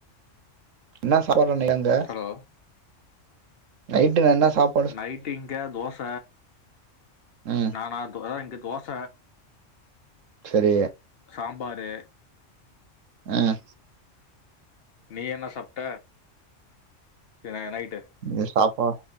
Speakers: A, on the right; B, on the left.
A: என்ன சாப்பாடு இன்னிலந்து
B: ஹலோ
A: நைட்டு என்ன சாப்
B: நைட்டு் இங்க தோச
A: ம்
B: நானா அது இங்க தோச
A: சரி
B: சாம்பாரு
A: ம்
B: நீ என்ன சாப்ட்ட இனை நைட்டு
A: நீ சாப்பா